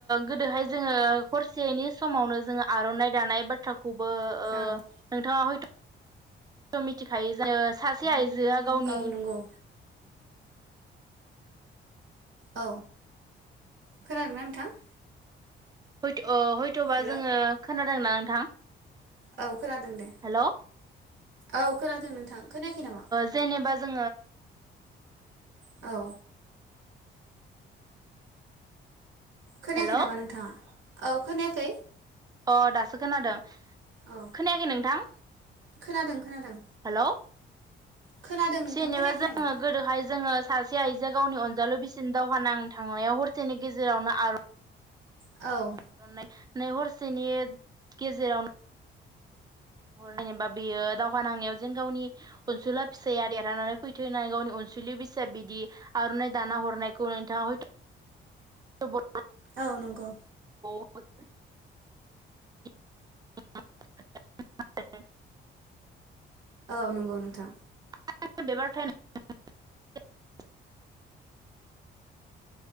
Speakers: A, on the right; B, on the right.
A: गोदोहाय जोङो हरसेैनि समावनो जोङो आर'नाइ दानाय बाथ्राखौ खौबो
B: औ
A: ओ नोंथाङा हयथ' <inaudible> मिथिखायो जायो सा एसे आइजोआ गावनि
B: औ नंगौ औ खोनादोंना नोंथां?
A: हयथ' अ हयथ'बा
B: हेल'
A: जोङो खोनादोंना नोंथां?
B: औ खोनादों दे
A: हेल' ओ
B: औ खोनादों नोंथां खोनायाखै नामा?
A: जेनेबा जोङो
B: औ खोनायाखै
A: हेल'
B: नामा नोंथाङा? औ खोनायाखै
A: अ दासो खोनादों।
B: औ
A: खोनायाखै नोंथां
B: खोनादों खोनादों
A: हेल'
B: खोनादों नोंथां
A: जनिबा
B: खोनायाखै
A: जोङो
B: नामा
A: गोदोहाय जोङो सासे सासे आइजोआ गावनि अनजालु बिसिन दावहा नां थांनायाव हरसेनि गेजेरावनो आर
B: औ
A: <unintelligible> नाय हरसेनि गेजेरावनो जेनेबा बेयो दावहा नांनायाव जेन गावनि अनसुला फिसाया देरहानानै फैथो होननानै गावनि अनसुलि बिसाया बिदि आर'नाइ दाना हरनायखौ नोंथाङा हयथ' <unintelligible>
B: औ नंगौ
A: <unintelligible>
B: औ नंगौ नोंथां
A: <unintelligible>